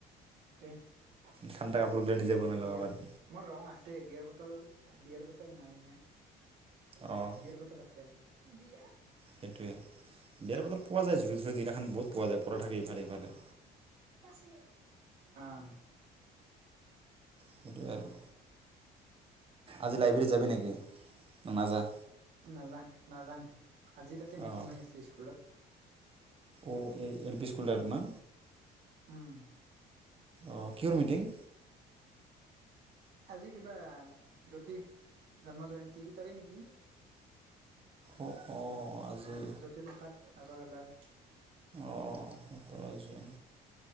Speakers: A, on the right; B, on the right.
A: তে। বিয়াৰ,
B: ঠাণ্ডা কাপোৰগিলা নিজে বনাই ল'ব পাৰি
A: মোৰ ৰং আছে বিয়াৰ ব বটল বিয়াৰ বটল নাইনে? বিয়াৰ
B: অঁ
A: বটল আছে। বিয়া
B: সেইটোৱে বিয়াৰ পাছত পোৱা যায়, জুলি চুলি দিনাখন বহুত পোৱা যায় পৰা থাকে ইফালে ইফালে
A: আছে, আহ।
B: সেইটোৱে আৰু আজি লাইব্ৰেৰীত যাবি নেকি? নাযা
A: নাজা, নাজাং। আজি তাতে মিটিং
B: অঁ
A: হৈ আছে স্কুলত।
B: অ এল পি স্কুলৰ না।
A: উম।
B: অ কিহৰ মিটিং?
A: আজি কিবা জ্যোতিষ, জন্ম জয়ন্তী তাৰে নেকি?
B: অঁ অঁ আজি
A: জ্যোতিপ্ৰসাদ আগৰবালাৰ।
B: অ জুন